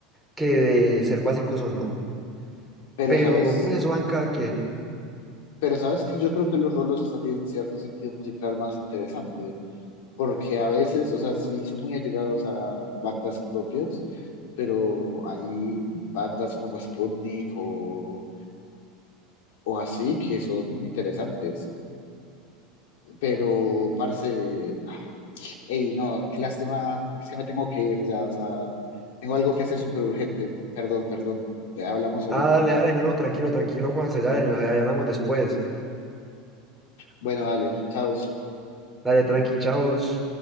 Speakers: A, in the centre; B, on the left.
A: que de ser básicos o no.
B: Pero
A: Pero
B: sabes,
A: pues eso va en cada quien.
B: pero sabes que yo creo que los rolos hasta tienen cierto sentido musical más interesante. porque a veces, o sea, sí son muy allegados a bandas propias, pero hay bandas como Sputnik o, o así que son interesantes. Pero, parce, ey, no, qué lástima, es que me tengo que ir ya, o sea, tengo algo que hacer súper urgente. Perdón, perdón, ya hablamos ahorita.
A: Ah, dale, dale, no, no, tranquilo, tranquilo, Juanse, dale, ahí hablamos después.
B: Bueno, dale, chao.
A: Dale, tranqui, chavos.